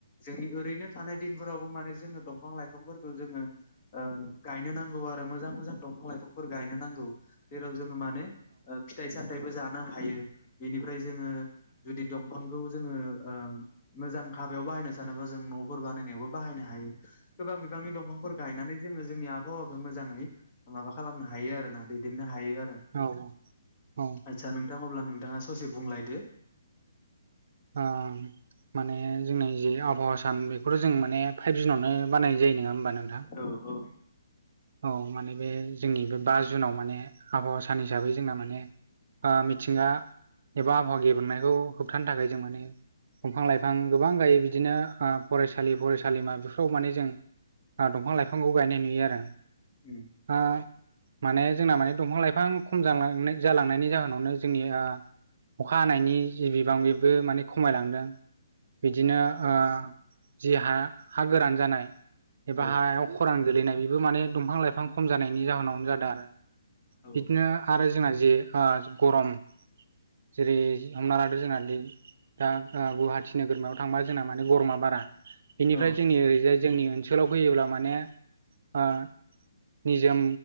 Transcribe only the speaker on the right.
औ औ
ओ माने जोंनि जे आबहावा सान बेखौथ' जों माने फाइभ जुनावनो बानायनाय जायो। नङा होमबा? नोंथां
औ माने बे जोंनि बे बा जुनाव माने आबहावा सान हिसाबै जोंना माने ओ मिथिंगा एबा आबहावा गेब्रेंनायखौ होबथानो थाखाय जों माने दंफां-लाइफां गोबां गायो बिदिनो ओ फरायसालि, फरायसालिमा बेफोराव माने जों ओ दंफां-लाइफांखौ गायनाय नुयो आरो
ओ माने जोंना माने दंफां-लाइफां खम जांलां जालांनायनि जाहोनावनो जोंनि ओ अखा हानायनि जि बिबां बेबो माने खमायलांदों बिदिनो ओ जि हा, हा गोरान जानाय एबा
हायाव खरान गोलैनाय बेबो माने दंफां लाइफां खम जानायनि जाहोनावनो जादों आरो।
बिदिनो आरो जोंना जे गरम जेरै हमना लादो जोंना दा गुवाहाटि नोगोरमायाव थांबा जोंना माने गरमा बारा बेनिफ्राय
जोंनि ओरैजाय जोंनि ओनसोलाव फैयोब्ला माने ओ निजोम